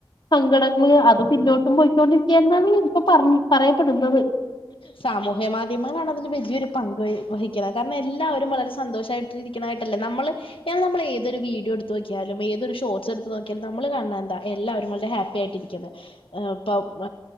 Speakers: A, on the left (about 60°); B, on the left (about 80°).
A: സങ്കടങ്ങള് അത് പിന്നോട്ടും പോയിക്കൊണ്ടിരിക്കന്നാണ് ഇപ്പൊ പറ പറയപ്പെടുന്നത്
B: സാമൂഹ്യ മാധ്യമങ്ങളാണ് അതിന് വലിയൊരു പങ്ക് വഹിക്കണെ കാരണം എല്ലാവരും വളരെ സന്തോഷമായിട്ടിരിക്കണതായിട്ടല്ലേ നമ്മള് നമ്മൾ ഏതൊരു വീഡിയോ എടുത്ത് നോക്കിയാലും ഏതൊരു ഷോർട്സ് എടുത്തു നോക്കിയാലും നമ്മൾ കണ എന്താ എല്ലാവരും വളരെ ഹാപ്പി ആയിട്ടിരിക്കുന്ന ഇപ്പം